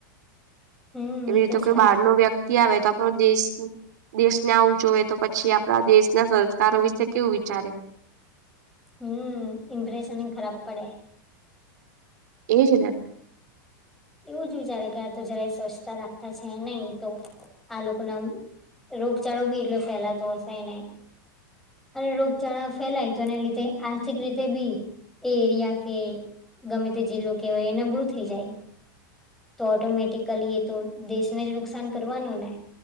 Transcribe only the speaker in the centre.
હમ
એ
તો
છે
હુ ઇમ્પ્રેશન ખરાબ પડે.
એવું જ વિચારે કે આ તો જરાય સ્વચ્છતા રાખતા છે નહી તો આ લોકોના રોગચાળો ભી એટલો ફેલાતો હશેને અને રોગચાળા ફેલાય તો એને લીધે આર્થિક રીતે ભી એ એરિયા કે ગમે તે જિલ્લો કેવાય એ નબળું થઇ જાય. તો ઓટોમેટિકલી એ તો દેશને જ નુકસાન કરવાનું ને